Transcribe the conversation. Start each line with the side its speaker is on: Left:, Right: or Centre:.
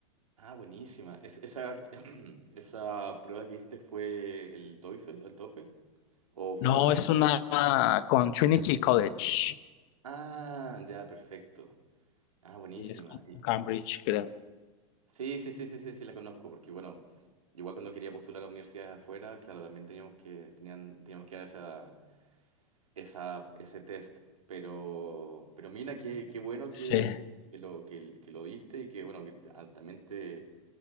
Right: Ah, buenísima. Es- esa, <clears throat> esa prueba que diste fue el TOEFL, el TOEFL, o fue...
Left: No, es una con Trinity College.
Right: Ah, ya, perfecto. Ah, buenísima.
Left: Y es con Cambridge, creo.
Right: Sí, sí, sí, sí, sí, sí, la conozco, porque bueno, igual cuando quería postular a universidades afuera, claro, también teníamos que, tenían, teníamos que dar esa, esa, ese test, pero, pero mira, qué, qué bueno que,
Left: Sí,
Right: que lo, que, que lo diste y que, bueno, que ah, también te,